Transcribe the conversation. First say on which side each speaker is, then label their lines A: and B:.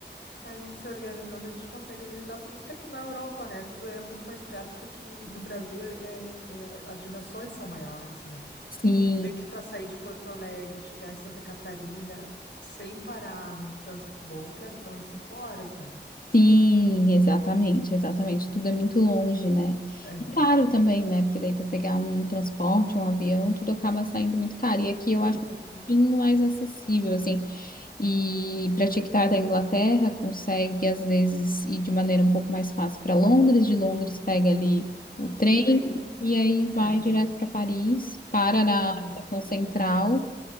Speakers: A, on the left; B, on the left.
A: A gente se organizando, a gente consegue visitar tudo. Até que na Europa, né? Tudo é muito mais perto do que no Brasil, é- é- é- as dimensões são maiores, né?
B: Sim,
A: Tu vê que para sair de Porto Alegre, e chegar em Santa Catarina, sem parar num trânsito bom, tu leva pelo menos cinco horas, né?
B: sim, exatamente, exatamente. Tudo é muito longe, né?
A: É,
B: E caro também, né? Porque daí para pegar um transporte, um avião, tudo acaba saindo muito caro. E aqui eu
A: muito
B: acho um
A: mais caro.
B: pouquinho mais acessível, assim. E para TikTok da Inglaterra, consegue às vezes ir de maneira um pouco mais fácil para Londres, de Londres pega ali o trem
A: O trem, né?
B: e aí vai
A: É.
B: direto para Paris, para na
A: Aham,
B: estação central